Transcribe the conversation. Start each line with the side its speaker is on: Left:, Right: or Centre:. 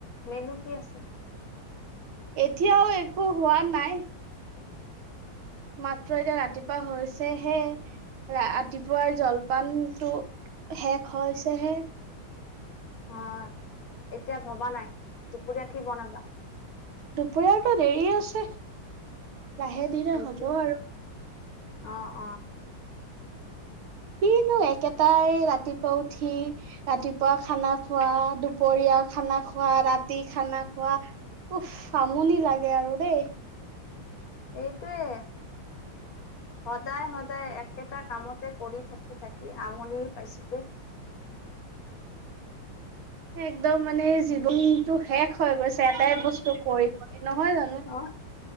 Left: মেনু কি আছে?
Right: এতিয়াও একো হোৱা নাই। মাত্ৰ এতিয়া ৰাতিপুৱা হৈছেহে। ৰাতিপুৱাৰ জলপানতো শেষ হৈছেহে।
Left: অ এতিয়া ভবা নাই, দুপৰীয়া কি বনাবা?
Right: দুপৰীয়াৰতো দেৰি আছে লাহে ধীৰে
Left: সেইটো
Right: হব আৰু।
Left: অ অ'।
Right: সিনো একেটাই ৰাতিপুৱা উঠি ৰাতিপুৱা খানা খোৱা দুপৰীয়া খানা খোৱা ৰাতি খানা খোৱা উহ আমনি লাগে আৰু দেই।
Left: এইটোৱে। সদায় সদায় একেটা কামতে কৰি থাকি থাকি আমনিয়ে পাইছো দেই।
Right: একদম মানে জীৱনতো শেষ হৈ গৈছে এটাই বস্তু কৰিব নহয় জানো।
Left: অ